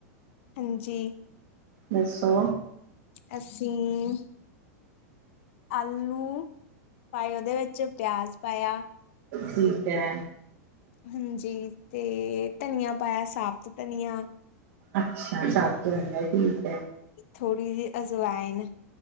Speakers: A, on the left; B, on the right.
A: ਹਾਂਜੀ
B: ਦੱਸੋ
A: ਅਸੀਂ ਅਲੂ ਪਏ ਉਹਦੇ ਵਿੱਚ ਪਿਆਜ ਪਾਇਆ
B: ਠੀਕ ਹੈ
A: ਹਾਂਜੀ ਤੇ ਧਨੀਆ ਪਾਇਆ ਸਾਾਬਤ ਧਨੀਆ
B: ਅੱਛਾ <unintelligible> ਬੰਦਾ ਠੀਕ ਹੈ
A: ਥੋੜੀ ਜਿਹੀ ਅਜਵਾੲਨ